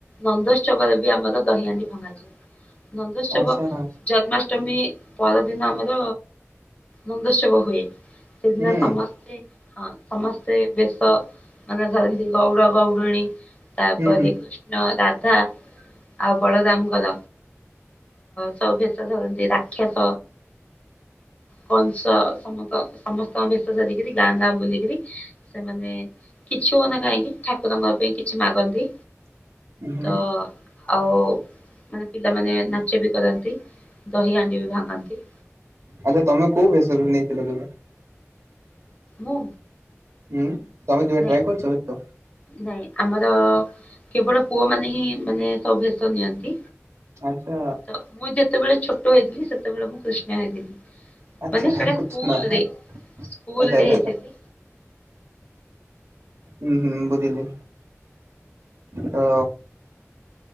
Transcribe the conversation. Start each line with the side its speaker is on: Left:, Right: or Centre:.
Left: ନନ୍ଦୋତ୍ସବ ରେ ବି ଆମର ଦହି ହାଣ୍ଡି ଭଙ୍ଗାଯାଏ। ନନ୍ଦୋତ୍ସବ
Right: ଆଚ୍ଛା
Left: ଜନ୍ମାଷ୍ଟମୀ ଜନ୍ମାଷ୍ଟମୀ ପର ଦିନ ଆମର ନନ୍ଦୋତ୍ସବ ହୁଏ। ସେଦିନ
Right: ହୁଁ
Left: ସମସ୍ତେ ହଁ ସମସ୍ତେ ବେଶ ମାନେ ଧରନ୍ତି ଗୌଡ଼ ଗୌଡ଼ରୁଣୀ ତାପ
Right: ହୁଁ ହୁଁ
Left: କୃଷ୍ଣ ରାଧା ରାଧା ଆଉ ବଳରାମଙ୍କର ସବୁ ଭେଷ ଧରନ୍ତି ରାକ୍ଷସ ରାକ୍ଷସ କଂସ ସମସ୍ତ ସମସ୍ତ ସମସ୍ତଙ୍କ ବେଶ ଧରିକରି ଗାଁ ଗାଁ ବୁଲିକରି ସେମାନେ କିଛି ହଉନା କାହିଁକି ଠାକୁରଙ୍କ ପାଇଁ କିଛି ମାଗନ୍ତି।
Right: ହୁଁ
Left: ତ ଆଉ ମାନେ ପିଲାମାନେ ନାଚ ବି କରନ୍ତି ଦହି ହାଣ୍ଡି ବି ଭାଙ୍ଗନ୍ତି।
Right: ଆଚ୍ଛା ତମେ କୋଉ ଭେଷରୁ ନେଇଥିଲ ତେବେ
Left: ମୁଁ
Right: ହୁଁ ତମେ କିବେ
Left: ନାଇଁ
Right: ଟ୍ରାଏ କରଛ ଏସବୁ
Left: ନାଇଁ ଆମର କେବଳ ପୁଅ ମାନେ ହିଁ ମାନେ ସବୁ ବେଶ ନିଅନ୍ତି।
Right: ଆଚ୍ଛା
Left: ତ ମୁଁ ଯେତେବେଳେ ଛୋଟ ହେଇଥିଲି ସେତେବେଳେ ମୁଁ କୃଷ୍ଣ ହେଇଥିଲି।
Right: ଆଚ୍ଛା
Left: ମାନେ ସେଟା
Right: କୃଷ୍ଣ
Left: ସ୍କୁଲରେ
Right: ହଁ,
Left: ସ୍କୁଲରେ
Right: ଆଚ୍ଛା ଆଚ୍ଛା
Left: ହେଇଥିଲି।
Right: ଆଚ୍ଛା ହୁଁ ହୁଁ ବୁଝିଲି ତ